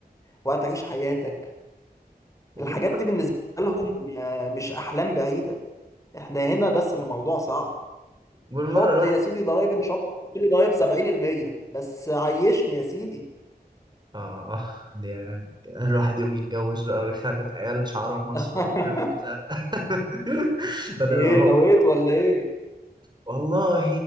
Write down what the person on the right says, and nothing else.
وبالمرة
بالمرة
الواحد
آه دي الواحد يوم يتجوز بقى ويخلف عيال شعرهم أصفر
وعيونهم زرقاء <laughs> بدل
ما هو
والله